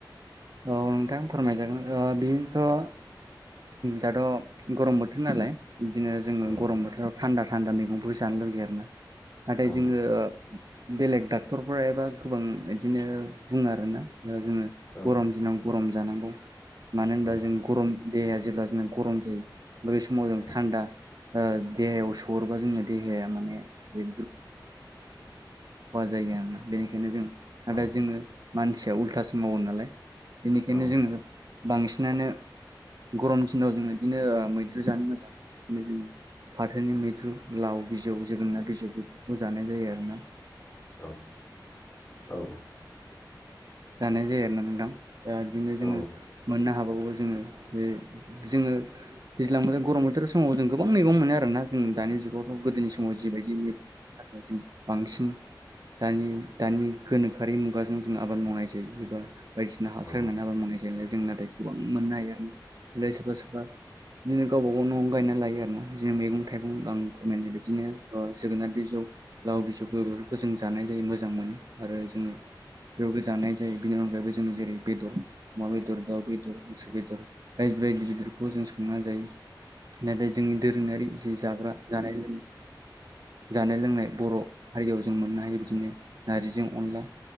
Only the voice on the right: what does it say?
औ नोंथां फोरमायजागोन बेनोथ' दाथ' गरम बोथोर नालाय बिदिनो जोङो
गरम बोथोराव थान्दा थान्दा मैगंफोर जानो लुगैयो आर ना नाथाय
जोङो बेलेग डाक्टरफोरा एबा गोबां बिदिनो बुङो आरोना जोङो
गरम दिनाव गरम जानांगौ मानो होनबा
जों गरम देहाया जेब्ला जों गरम जायो बै समाव जों
थान्दा देहायाव सरोबा जोंनो देहाया माने जे खहा जायो आरोना बेनिखायनो जों आरो
दा जोङो मानसिया उल्थासो मावो नालाय बेनिखायनो
जोङो बांसिनानो गरम दिनाव जोङो बिदिनो मैद्रु जानो मोजां बिनो जों फाथोनि मैद्रु लाव बिजौ जोगोनोनार बिजौ बेफोरखौ जानाय जायो आरो ना
जानाय जायो आरा बुंदां दा बिदिनो
जोङो मोननो हाबावो जोङो बे जोङो दैज्लां बोथोर गरम बोथोर समाव जों गोबां मैगं मोनो आरोना जों दानि जुगावथ' गोदोनि समाव जिबायदि मैगं बांसिन दानि दानि गोनोखोआरि मुगाजों जों आबाद मावनाय एबा बायदिसिना हासार होननानै
आबा मोननाय जाय जों नाथाय गोबां मोननो हायो ओफ्राय सोरबा सोरबा बिदिनो गावबा गाव न'आवनो गायना लायो आरो ना बिदिनो मैगं थाइगं दां खमायनाय बिदिनो जोगोनार बिजौ लाव बिजौ बेफोरखौ जों जानाय जायो मोजां मोनो आरो जोङो बेयावबो जानाय जेरै बेदर मा बेदर दाउ बेदर बेदर बायदि बायदि बेदरखौ जों संना जायो नाथाय जोंनि दोरोङारि जि जाग्रा जानाय लोंनाय जानाय लोंनाय बर' हारियाव जों मोननो हायो बिदिनो नार्जिजों अनला